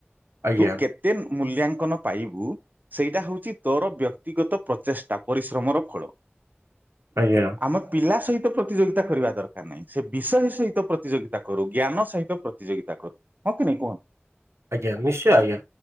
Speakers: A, on the right; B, on the right.
A: ଆଜ୍ଞା
B: ତୁ କେତେ ଦିନ ମୂଲ୍ୟାଙ୍କନ ପାଇବୁ। ସେଇଟା ହେଉଚି ତୋର ବ୍ୟକ୍ତିଗତ ପ୍ରଚେଷ୍ଟା ପରିଶ୍ରମର ଫଳ।
A: ଆଜ୍ଞା।
B: ଆମ ପିଲା ସହିତ ପ୍ରତିଯୋଗିତା କରିବା ଦରକାର। ଡରକାର୍ ନାଇଁ ସେ ବିଷୟ ସହିତ ପ୍ରତିଯୋଗିତା କରୁ ଜ୍ଞାନ ସହିତ ପ୍ରତିଯୋଗିତା କରୁ ହଁ କି ନାଇଁ କୁହ?
A: ଆଜ୍ଞା ନିଶ୍ଚୟ ଆଜ୍ଞା